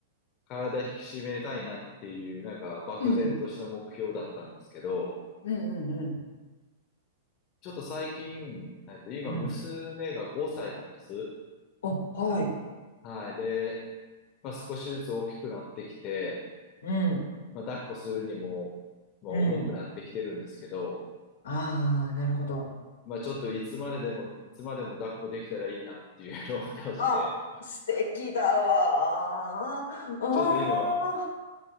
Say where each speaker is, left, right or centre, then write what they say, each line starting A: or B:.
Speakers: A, on the left; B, on the left.
A: 体引き締めたいなっていう、なんか、漠然とした目標だったんですけど、
B: うん。うんうん
A: ちょっと最近、えっと、今、
B: うん。うん。
A: 娘が5歳なんです。
B: お、はい。
A: はい。で、まあ、少しずつ大きくなってきて、
B: うん。
A: まあ、抱っこするにも、まあ、
B: うん。
A: 重くなってきてるんですけど、
B: ああ、なるほど。
A: まあちょっといつまででも、いつまでも抱っこできたらいいなっていうのをってまして、
B: あ、素敵だわー。ああ。
A: ちょっと今、